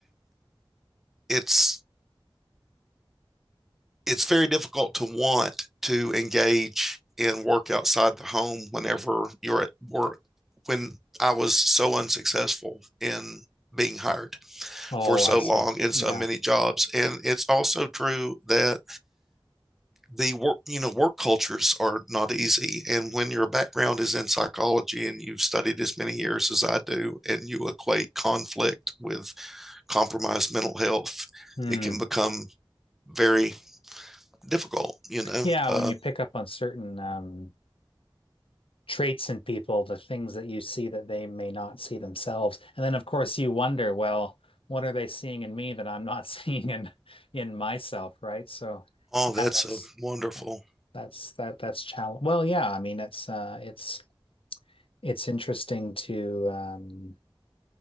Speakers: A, in the centre; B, on the left (about 85°).
A: it's it's very difficult to want to engage in work outside the home whenever you're at work. When I was so unsuccessful in being hired
B: Oh,
A: for so
B: I see.
A: long in so
B: Yeah.
A: many jobs, and it's also true that the work you know work cultures are not easy and when your background is in psychology and you've studied as many years as i do and you equate conflict with compromised mental health
B: Hmm.
A: it can become very difficult you know
B: Yeah,
A: uh,
B: when you pick up on certain um traits in people, the things that you see that they may not see themselves. And then, of course, you wonder, well, what are they seeing in me that I'm not <laughs> seeing in in myself, right? So,
A: oh that's
B: yeah, that's
A: a wonderful
B: that, that's that that's challenge. Well, yeah, I mean, it's uh, it's it's interesting to. Um,